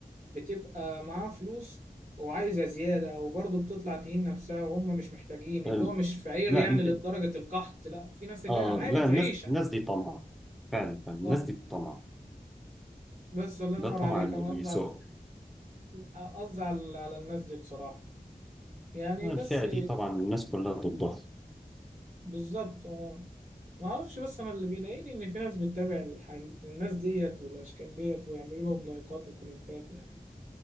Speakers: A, on the right; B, in the centre.
A: بتبقى معاها فلوس وعايزة زيادة وبرضو بتطلع تهين نفسها وهم مش محتاجين اللي
B: ال-
A: هو مش فقير
B: لا
A: يعني
B: ال-
A: لدرجة القحط لا في ناس اللي
B: آه
A: هي عادي
B: لا
A: تعيش
B: الناس الناس دي طمع فعلا فعلاً، الناس
A: اه
B: دي طمع
A: بس الله ينور
B: ده طمع
A: عليك
B: اللي
A: انا
B: بيسوق
A: قصدي على الف- قصدي على على الناس دي بصراحة يعني
B: الفئة
A: بس
B: دي طبعا الناس كلها ضدها
A: بالظبط اه ما اعرفش بس انا اللي بيضايقني ان في ناس بتتابع الح- الناس ديت والاشكال ديت ويعملوا لهم لايكات وكومنتات يعني